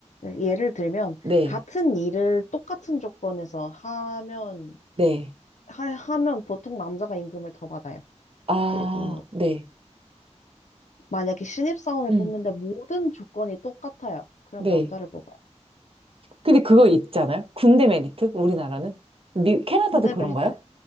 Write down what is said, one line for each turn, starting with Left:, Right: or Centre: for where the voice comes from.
Left: 예를 들면,
Right: 네,
Left: 같은 일을 똑같은 조건에서 하면,
Right: 네.
Left: 하, 하면 보통 남자가 임금을 더 받아요.
Right: 아,
Left: 그리고
Right: 네.
Left: 만약에 신입사원을
Right: 음,
Left: 뽑는데 모든 조건이 똑같아요. 그럼
Right: 네.
Left: 남자를 뽑아요.
Right: 근데 그거 있잖아요. 군대 메리트? 우리나라는? 미, 캐나다도
Left: 군대
Right: 그런가요?
Left: 벨트,